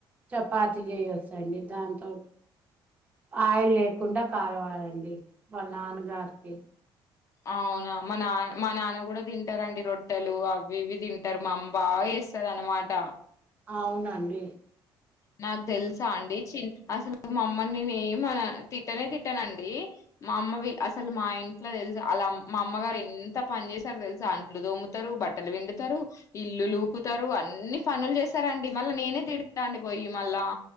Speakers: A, on the right; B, on the left.
A: చెప్ చపాతి చేయొచ్చండి దాంతో ఆయిల్ లేకుండా కాలవాలండి వాళ నాన్నగారికి
B: అవునా మా నా మా నాన్న కూడా తింటారండి రొట్టెలు అవి ఇవి తింటారు మా అమ్మబాగా చేస్తది అన్నమాట
A: అవున అండి
B: నాకు తెలుసా అండి చి అసలు మా అమ్మని నేను తిట్టనే తిట్టానండి మా అమ్మ అసలు మా ఇంట్లో తెలుస అలా మా అమ్మగారు ఎంత పని చేసారుతెలుస అంట్లు దోముతారు బట్టలు పిండుతారు ఇల్లులు ఊకుతారు అన్ని పనులు చేస్తారండి మళ్ళీ నేనే తీడు తాండి పోయి మల్ల